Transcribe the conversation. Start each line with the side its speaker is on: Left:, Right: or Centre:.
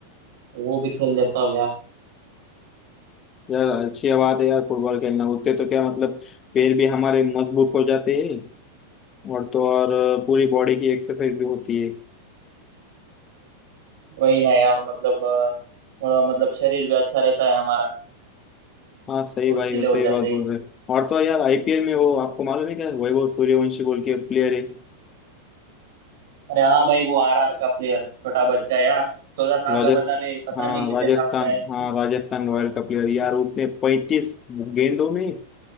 Right: तो वो भी खेल लेता हूँ यार
Left: यार अच्छी बात है यार फुटबॉल खेलना उससे तो क्या मतलब पैर भी हमारे मजबूत हो जाते हैं और तो और अ, पूरी बॉडी की एक्सरसाइज भी होती है
Right: वही ना यार मतलब अ, थोड़ा मतलब शरीर भी अच्छा रहता है हमारा
Left: हाँ सही
Right: फुर्तीले
Left: भाई वो सही
Right: हो जाते
Left: बात बोल
Right: हैं
Left: रहे हैं। और तो यार आईपीएल में वो आपको मालूम है क्या वैभव सूर्यवंशी बोल के प्लेयर है
Right: अरे हाँ भाई वो आर आर का प्लेयर छोटा बच्चा यार चौदह साल
Left: राजस्थान
Right: का बता रहे पता
Left: हाँ
Right: नहीं कितने
Left: राजस्थान
Right: साल का है
Left: हाँ राजस्थान रॉयल
Right: और
Left: का प्लेयर यार उसने पैंतीस गेंदों में